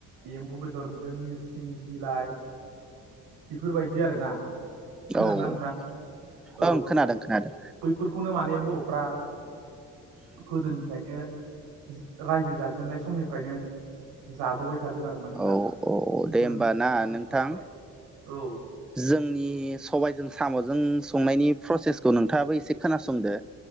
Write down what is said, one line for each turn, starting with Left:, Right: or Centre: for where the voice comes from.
Right: एम्बु बेदरजों नोरस सिं बिलाइ बेफोरबायदि आरोना खोनादों
Centre: औ
Right: ना नोंथां
Centre: औ
Right: औ
Centre: ओं खोनादों खोनादों
Right: बैफोरखौनो माने बर'फ्रा गोदोनिफ्रायनो रायजो जाजेननाय समनिफ्रायनो जाबोबाय थादों आरो ना नोंदां
Centre: औ औ
Right: बैफोर
Centre: दे होमबा
Right: ओंख्रिफोरखौहाय
Centre: ना नोंथां
Right: औ
Centre: जोंनि सबायजों साम'जों संनायनि प्रसेसखौ नोंथाङाबो एसे खोनासंदो।